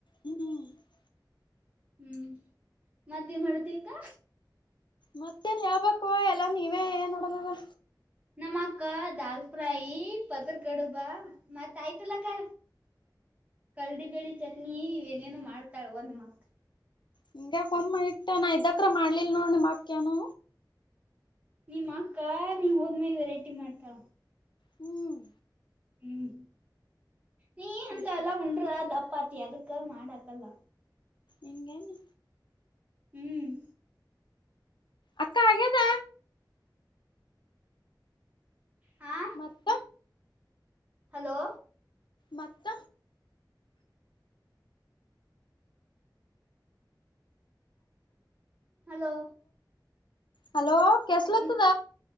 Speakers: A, on the left; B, on the right.
A: ಹ್ಮ್ ಹ್ಮ್ <inaudible>
B: ಹ್ಮ್, ಮತ್ತೇನ ಮಾಡತಿಕ್ಕ.
A: ಮತ್ತೇನ್ ಹೇಳ್ಬೇಕುವ ಎಲ್ಲ ನೀವೇ ಏನ್ ನೋಡುದಾದ.
B: ನಮ್ಮ ಅಕ್ಕ ದಾಲ್ ಫ್ರಾಯಿ, ಪದರ್ ಗಡುಬಾ ಮತ್ತ ಆಯ್ತಲ್ಲಕ್ಕ. ಕಡ್ಲಿಬೇಳಿ ಚಟ್ನಿ, ಇ ಏನೇನು ಮಾಡ್ತಾಳ ಒಂದ ಮತ್,
A: ಹಿಂಗ್ಯಾಕ ಕೊಮ್ಮೆ ಇಟ್ಟ ನಾ ಇದ್ದಕ ಮಾಡ್ಲಿಲ್ ನೋಡ್ ನಿಮ್ಮ ಅಕ್ಕ ಎನು.
B: ನಿಮ್ಮ ಅಕ್ಕ ನೀವ್ ಹೋದ್ಮೇಾಗ ವೆರೈಟಿ ಮಾಡ್ತಾವ
A: ಹ್ಮ್
B: ಹ್ಮ್ ನೀ ಅಂತ
A: ನಡೀತು
B: ಅಲ್ಲ ಉಂಡ್ರ ದಪಾತಿ ಆಗುತ್ತೆ ಗ ಮಾಡಾಕಲ್ಲ
A: ಹಂಗೇನು
B: ಹ್ಮ್
A: ಅಕ್ಕ ಹಾಗದ
B: ಹಾ
A: ಮತ್ತ
B: ಹಲೋ
A: ಮತ್ತ
B: ಹಲೋ
A: ಹಲೋ ಕೆಸಲತದ
B: ಹ್ಮ್